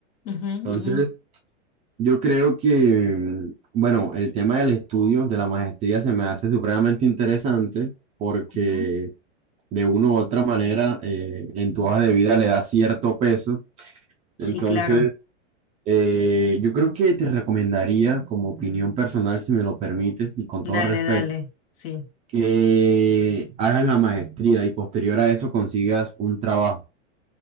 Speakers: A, on the left; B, on the right.
A: ujú,
B: Entonces,
A: ujú,
B: yo creo que, bueno, el tema del estudio, de la maestría, se me hace supremamente interesante porque
A: ujú.
B: de una u otra manera eh, en tu hoja de vida le da cierto peso.
A: Sí,
B: Entonces,
A: claro.
B: eh, yo creo que te recomendaría, como opinión personal, si me lo permites, y con
A: Dale,
B: todo respeto,
A: dale. Sí.
B: que hagas la maestría y posterior a eso consigas un trabajo.